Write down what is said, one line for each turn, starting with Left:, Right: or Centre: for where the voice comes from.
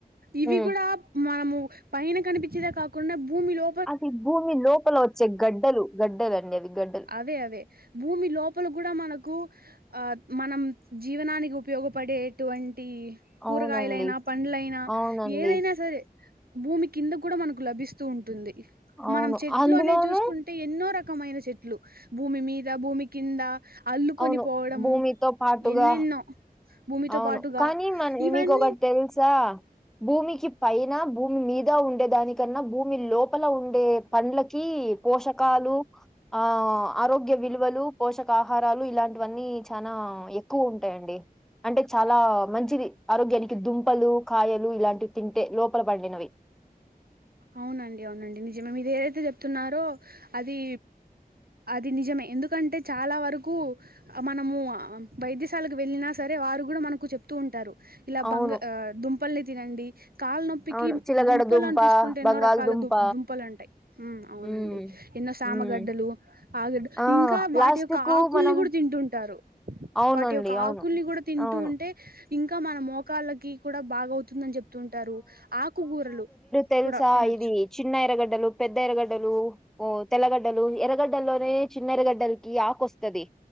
Right: ఇవి
Centre: హ్మ్
Right: కూడా మనము పైన కనిపించేదే కాకుండా భూమిలో
Centre: అది భూమి లోపల వచ్చే గడ్డలు గడ్డలు అనేవి గడ్డ
Right: అవే అవే భూమి లోపల కూడా మనకు ఆ మనం జీవనానికి ఉపయోగపడేటువంటి
Centre: అవునండి
Right: కూరగాయలైనా, పండ్లైనా
Centre: అవునండి
Right: ఏదైనా సరే భూమి కింద కూడా మనకు లభిస్తూ ఉంటుంది.
Centre: అవును
Right: మనం చెట్లోనే
Centre: అందులోనూ
Right: చూసుకున్ అంటే ఎన్నో రకమైన చెట్లు భూమి మీద భూమి కింద అల్లుకొని
Centre: అవును
Right: పోవడము
Centre: భూమితో పాటుగా
Right: ఎన్నెన్నో భూమితో
Centre: అవును
Right: పాటుగా
Centre: కానీ మన
Right: ఇవన్నీ
Centre: నీకొకటి తెలుసా భూమికి పైన భూమి మీద ఉండేదానికన్నా భూమి లోప లోప్పల ఉండే పండ్లకి పోషకాలు ఆ ఆరోగ్య విలువలు పోషకా ఆహారాలు ఇలాంటివన్నీ చనా ఎక్కువ ఉంటాయండి అంటే చాలా మంచిది ఆరోగ్యానికి దుంపలు కాయలు ఇలాంటివి తింటే లోపల పండినవి.
Right: అవునండి అవునండి నిజమే మీది ఏదైతే చెప్తున్నారో అది అది నిజమే ఎందుకంటే చాలా వరకు ఆ మనము వైద్యశాలకు వెళ్ళిన సరే వారు కూడా మనకు చెప్ తు ఉంటారు ఇలా
Centre: అవును
Right: బంగ దుంపల్ని తినండి కాలు నొప్పికి
Centre: అవును చిలగడ
Right: దుంపలనీ
Centre: దుంప
Right: తీసు ఎన్నో
Centre: బంగాళదుంప
Right: రకాల దు దుంపలు ఉంటాయి అవునండి
Centre: ఉమ్
Right: ఎన్నో సామగడ్డలు
Centre: ఉమ్
Right: ఆగడు
Centre: ఆ
Right: ఇంకా వాటి
Centre: లాస్ట్
Right: యొక్క
Centre: కు
Right: ఆకుల్ని
Centre: మనం
Right: కూడా తింటుంటారు
Centre: అవునండి
Right: వాటి యొక్క
Centre: అవును
Right: ఆకుల్ని కూడా తింటూ
Centre: అవును
Right: ఉంటా ఏ ఇంకా మన మోకాళ్ళకి కూడా బాగవుతుందని చెప్తుంటారు ఆకుకూరలు
Centre: తెల్సా
Right: కూడా తినొచ్చు
Centre: ఇది చిన్న ఎరగడ్డలు, పెద్ద ఎరగడ్డలు ఓ తెల్లగడ్డలు ఎరగడ్డల్లోనే చిన్న ఎరగడ్డలకి ఆకు వస్తది